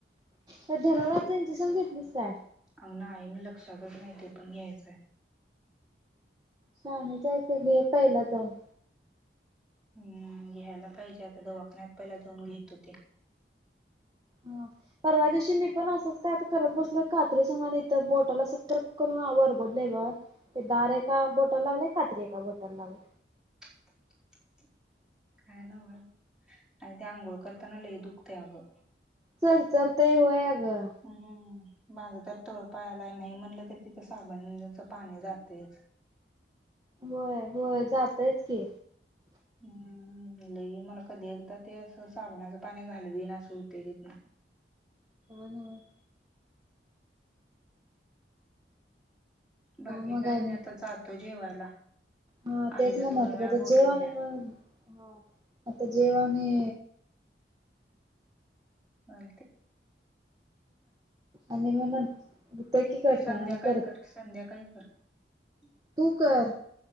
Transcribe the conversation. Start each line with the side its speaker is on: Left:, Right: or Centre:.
Right: तर धनुर्वाताची इंजेक्शन घेतलीस काय?
Centre: अंगणा आईन लक्षातच नाही ते पण घ्यायचंय.
Right: शाहण्यासारख घे पहिला जाऊन.
Centre: हम्म घ्यायला पाहिजे आता दवाखान्यात, पहिला जाऊन घेतो ते. <inaudible>
Right: हा परवा दिवशी मी पण असंच काय करत बसलो, कात्री सगा तर बोटला सक् <unintelligible> करून वरबडले ग ते दारे का बोटाला लागले कात्री का बोटाला लागले.
Centre: <inaudible> काय नव्ह आणि ते आंघोळ करताना, ल दुखते अगं
Right: चल चल ते होय. अगं
Centre: हम्म. माझं तर तोळपायाला, नाही म्हणलं तरी तिथं साबणच पाणी जातेयच
Right: होय होय जातयच की
Centre: हम्म. लई मला कधी एकदा ते असं साबणाचं पाणी घालवीन, अस होतय तिथन.
Right: हो ना हो.
Centre: बाकी
Right: मग
Centre: काय
Right: आणि
Centre: नाही आता जातो जेवायला.
Right: हा
Centre: आईनं
Right: तेच म्हण
Centre: दोन
Right: राहिलं
Centre: वेळा
Right: होतं, आता
Centre: बोलवल्या
Right: जेवणे मग. हा आता जेव्हा मी
Centre: आणि ते
Right: आणि म्हणल ते की करता,
Centre: संध्याकाळी
Right: आणि करल.
Centre: कर <unintelligible>
Right: तू कर